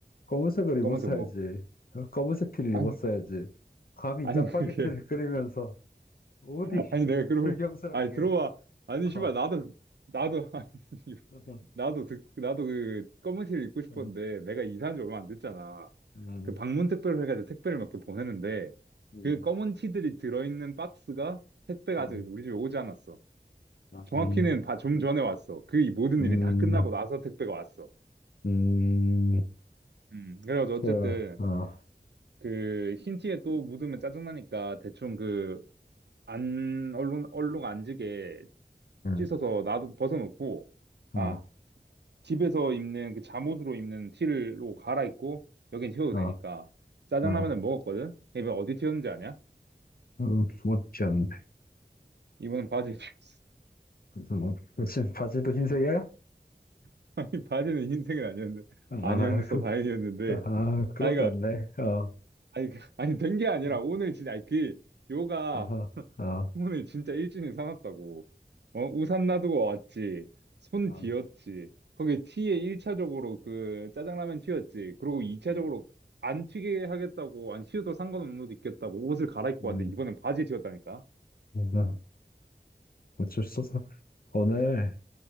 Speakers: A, on the left (about 60°); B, on the right (about 80°).
A: 검은색을 입었어야지.
B: 검은색 뭐.
A: 어, 검은색 티를
B: 아니
A: 입었어야지. 감히
B: 아니
A: 짜파게티를
B: 그게
A: 끓이면서. 어디
B: <laughs> 아니 내가
A: <laughs>
B: 그러고
A: 불경스럽게.
B: 아니 들어와 아니 씨발
A: 어.
B: 나도 나도 <laughs> 아니
A: 어, 어,
B: 나도 듣, 나도 그 검은 티를 입고 싶었는데
A: 어,
B: 내가 이사한 지 얼마 안 됐잖아.
A: 음,
B: 그 방문 택배로 해가지고 택배를 막 이렇게 보내는데
A: 음,
B: 그 검은 티들이 들어있는 박스가 택배가
A: 음,
B: 아직 우리 집에 오지 않았어.
A: 아,
B: 정확히는
A: 음,
B: 다 좀 전에 왔어. 그이 모든
A: 음,
B: 일이 다 끝나고 나서 택배가 왔어.
A: 음,
B: 음, 그래가지고 어쨌든
A: 저, 어,
B: 그 흰 티에 또 묻으면 짜증나니까 대충 그 안, 얼룩, 얼룩 안 지게
A: 음,
B: 씻어서 나도 벗어놓고
A: 어,
B: 아, 집에서 입는 그 잠옷으로 입는 티를로 갈아입고 여긴 튀어도
A: 어,
B: 되니까
A: 어,
B: 짜장라면을
A: 어,
B: 먹었거든. 이번 어디 튀었는지 아냐?
A: 어, 못지 않네.
B: 이번엔 바지에 튀었어.
A: 무슨 무슨 바지도 흰색이야?
B: <laughs> 아니 바지는 흰색은 아니었는데
A: 아,
B: 아니었어
A: 그,
B: 다행이었는데
A: 아, 그럼
B: 아이가
A: 됐네. 어,
B: 아니 그- 아니 된 게 아니라
A: 어, 어,
B: 오늘 진짜 아니 그 요가
A: 어, 어, 어,
B: 오에 진짜 일진이 사놨다고. 어, 우산 놔두고 왔지. 손
A: 음,
B: 뒤었지. 거기 티에 1차적으로 그 짜장라면 튀었지. 그리고 2차적으로
A: 음,
B: 안 튀게 하겠다고, 안 튀어도 상관없는 옷 입겠다고 옷을 갈아입고
A: 음,
B: 왔는데 이번엔 바지 튀었다니까.
A: 음, 어쩔 수 없어. 오늘